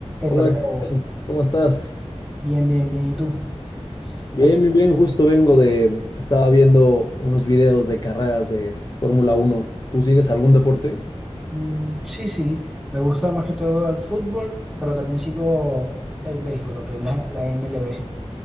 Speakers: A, on the left; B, in the centre.
A: Hola
B: Epa, Leo,
A: Cristian, ¿cómo estás?
B: bien, bien, bien. ¿Y tú?
A: Bien,
B: Aquí.
A: muy bien, justo vengo de, estaba viendo unos videos de carreras de Fórmula Uno. ¿Tú sigues algún deporte?
B: Mm, sí, sí, me gusta más que todo el fútbol, pero también sigo el béisbol, lo que es la, la MLB,